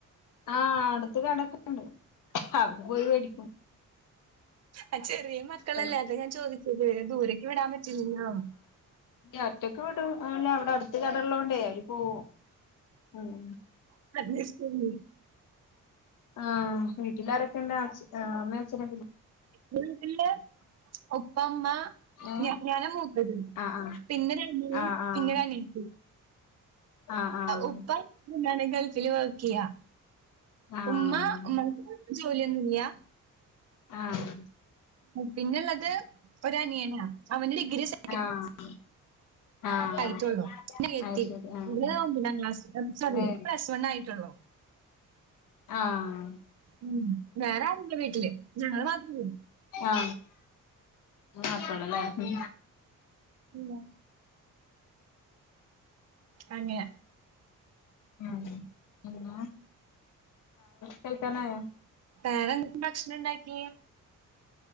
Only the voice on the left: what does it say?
ആ അടുത്ത് കടക്കണ്ട് അവര് പോയി മേടിക്കും.
പൈസ
അടുത്തൊക്കെ വിടും അവിടെ അടുത്ത് കടള്ളതോണ്ടേ അവര് പോവും. ഉം
ആ വീട്ടിലാരൊക്കെ ഉണ്ട് അമ്മ, അച്ഛനൊക്കെ
ഏഹ്
ആഹ്
ആഹ് ആഹ് ആഹ്
ആഹ് ആഹ്
ആഹ്
ആഹ്.
ആഹ് ആഹ്
അത് ശരി ആഹ്
ഏഹ്
ആഹ്
ആ മാത്രമുള്ളല്ലേ.
ഉ പിന്നെ <unintelligible> കഴിക്കാനായോ.